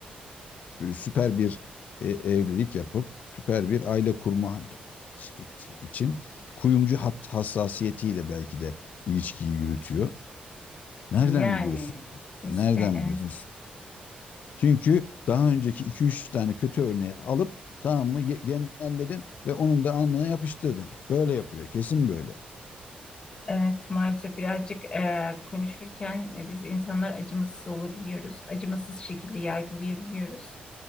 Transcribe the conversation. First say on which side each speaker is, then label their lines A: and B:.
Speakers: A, on the left (about 60°); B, on the left (about 30°).
A: e, süper bir e, evlilik yapıp süper bir aile kurma iç- için kuyumcu hat- hassasiyetiyle belki de ilişkiyi yürütüyor. Nereden
B: yani
A: biliyorsun?
B: işte
A: Nereden
B: evet.
A: biliyorsun? Çünkü daha önceki iki üç tane kötü örneği alıp tamam mı ye- genelledin ve onun da alnına yapıştırdın. Böyle yapıyor. Kesin böyle.
B: Evet, maalesef birazcık eee, konuşurken e, biz insanlar acımasız olabiliyoruz. Acımasız şekilde yargılayabiliyoruz